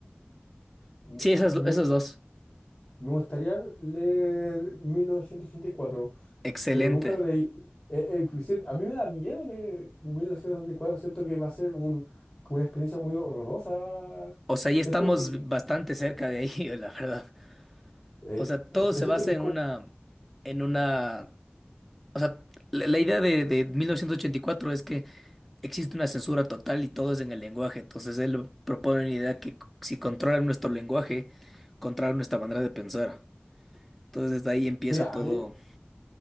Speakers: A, on the left; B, in the centre.
A: me,
B: Sí, esas,
A: me-
B: esas dos.
A: Me gustaría leer 1984,
B: Excelente.
A: pero nunca lo leí. Eh, eh, por a mí me da miedo leer 1984, siento que va a ser un, como una experiencia muy horrorosa.
B: O sea, ahí
A: Siempre
B: estamos
A: escu- Sí.
B: bastante cerca de ahí, <laughs> la verdad.
A: eh,
B: O sea,
A: eh,
B: todo
A: pero
B: se
A: siento
B: basa
A: que es
B: en
A: como,
B: una, en una, o sea, la, la idea de, de 1984 es que existe una censura total y todo es en el lenguaje. Entonces él propone una idea que c- si controlan nuestro lenguaje, controlan nuestra manera de pensar. Entonces desde ahí empieza
A: sí, a
B: todo
A: mí,